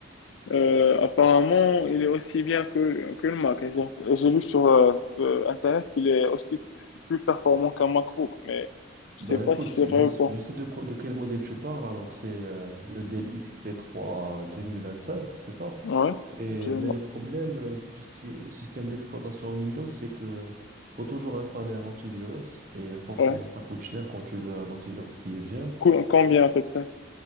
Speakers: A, on the left; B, on the right.
A: Euh, apparemment, il est aussi bien que, que le Mac. J'ai j'ai lu sur euh, euh, Internet qu'il est aussi plus performant qu'un MacBook, mais je
B: Bah
A: sais pas
B: écoute,
A: si c'est vrai
B: je, je
A: ou pas.
B: sais de quoi, de quel modèle tu parles. Alors c'est euh, le Dell XP3 2025, c'est ça?
A: Ouais,
B: Et,
A: je-
B: mais le problème, euh, tout ce qui est système d'exploitation Windows, c'est que faut toujours installer un antivirus et forcément
A: Ouais.
B: ça coûte cher quand tu veux un antivirus qui est bien.
A: Cool. Combien à peu près?